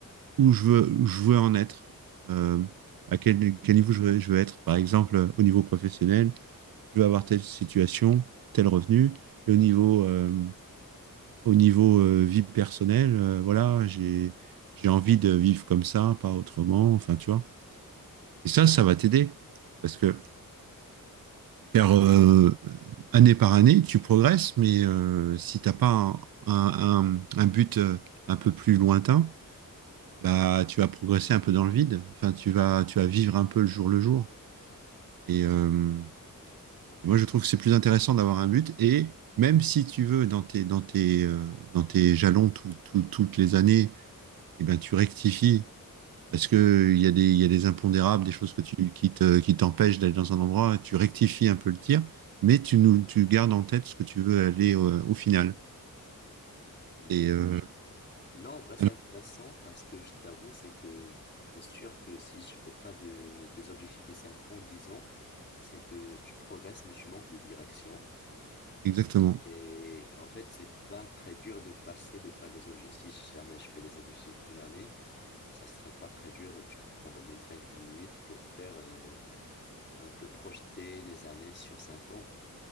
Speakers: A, on the right; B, on the left.
A: où je veux, où je veux en être, euh, à quel, quel niveau je veux, je veux être. Par exemple, euh, au niveau professionnel, je veux avoir telle situation, tel revenu, et au niveau, euh, au niveau euh, vie personnelle, euh, voilà, j'ai, j'ai envie de vivre comme ça, pas autrement, enfin, tu vois. Et ça, ça va t'aider, parce que faire euh, année par année, tu progresses, mais euh, si t'as pas un, un, un- un but euh, un peu plus lointain, bah, tu vas progresser un peu dans le vide. Enfin, tu vas, tu vas vivre un peu le jour le jour. Et euh, moi, je trouve que c'est plus intéressant d'avoir un but. Et même si tu veux, dans tes, dans tes, euh, dans tes jalons tout- tout- toutes les années, eh ben, tu rectifies. Parce que il y a des, il y a des impondérables, des choses que tu, qui te, qui t'empêchent d'aller dans un endroit. Tu rectifies un peu le tir, mais tu, nous, tu gardes en tête ce que tu veux aller euh, au final.
B: Hmm.
A: Et euh,
B: Non, en vrai, c'est
A: voilà,
B: intéressant parce que je t'avoue, c'est que c'est sûr que si je fais pas de, des objectifs de 5 ans, 10 ans, c'est que tu progresses mais tu manques de direction.
A: exactement.
B: Et en fait, c'est pas très dur de passer, de faire des objectifs. Si jamais je fais des objectifs d'une année, ça serait pas très dur. Tu peux prendre même cinq dix minutes pour faire euh, un peu projeter les années sur 5 ans.